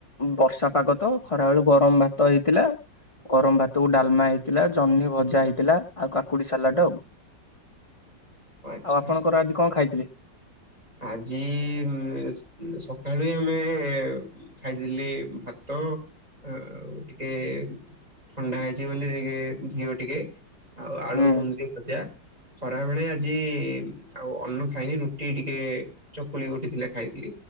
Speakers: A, on the left; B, on the right.
A: ବର୍ଷାପାଗ ତ ଖରା ବେଳୁ ଗରମ ଭାତ ହେଇଥିଲା ଗରମ ଭାତକୁ ଡାଲମା ହେଇଥିଲା ଜହ୍ନି ଭଜା ହେଇଥିଲା ଆଉ କାକୁଡ଼ି ସାଲଟ ଆଉ
B: ଆଚ୍ଛା
A: ଆଉ ଆପଣଙ୍କର
B: ଆଚ୍ଛା।
A: ଆଜି କଣ ଖାଇଥିଲେ?
B: ଆଜି ଇ ସକାଳୀ ଆମେ ଖାଇଥିଲି ଭାତ ଆଉ ଟିକେ ଥଣ୍ଡା ହେଇଛି ବୋଲି ଟିକେ ଘିଅ ଟିକେ ଆଉ ଆଳୁ
A: ହୁଁ
B: କୁନ୍ଦୁରି ଭଜା ଖରା ବେଳେ ଆଜି ଆଉ ଅନ୍ନୁ ଖାଇନି ରୁଟି ଟି କେ ଚକୁଳି ଗୋଟେ ଥିଲା ଖାଇଥିଲି।